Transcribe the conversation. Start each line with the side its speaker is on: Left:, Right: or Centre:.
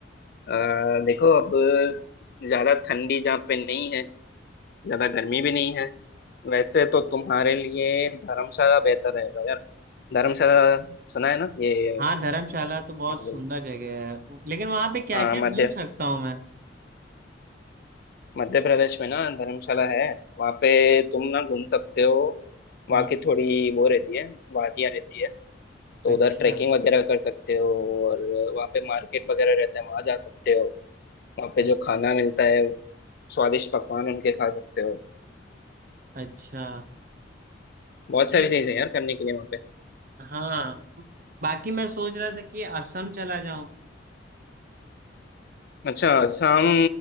Left: अ, देखो अब ज्यादा ठंडी जहाँ पे नहीं है ज्यादा गर्मी भी नहीं है वैसे तो तुम्हारे लिए धर्मशाला बेहतर रहेगा यार धर्मशाला सुना है ना ये
Right: हाँ धर्मशाला तो बहुत
Left: क्या बोल
Right: सुंदर जगह है लेकिन वहां पे क्या
Left: हाँ
Right: क्या
Left: मध्य
Right: घूम सकता हूँ मैं
Left: मध्य प्रदेश में ना धर्मशाला है वहाँ पे तुम ना घूम सकते हो वहाँ
Right: हम्म,
Left: की थोड़ी वो रहती है वादियाँ रहती है तो
Right: अच्छा
Left: उधर ट्रैकिंग वगैरह कर सकते हो और वहाँ पे मार्केट वगैरह रहता है वहाँ जा सकते हो वहाँ पे
Right: अच्छा
Left: जो खाना मिलता है स्वादिष्ट पकवान उनके खा सकते हो
Right: अच्छा
Left: बहुत
Right: ठीक
Left: सारी चीजें हैं यार करने के लिए वहाँ पे
Right: हाँ बाकी मैं सोच रहा था कि असम चला जाऊं
Left: अच्छा असम